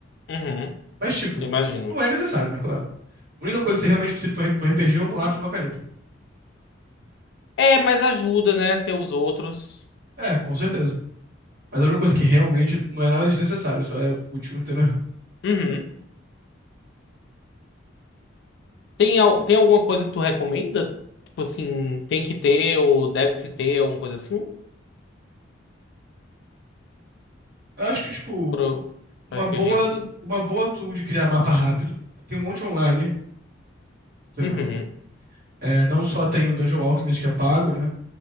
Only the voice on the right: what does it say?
Mas, tipo,
não é necessário, né, claro. A única coisa que você realmente precisa de um RPG é um lápis e uma caneta.
É, com certeza. Mas a única coisa que realmente não é nada desnecessário, só é útil, entendeu?
Eu acho que, tipo,
uma
boa,
uma boa tool de criar mapa rápido. Tem um monte online. Entendeu?
É, não só tem o Dungeon Alchemist que é pago, né?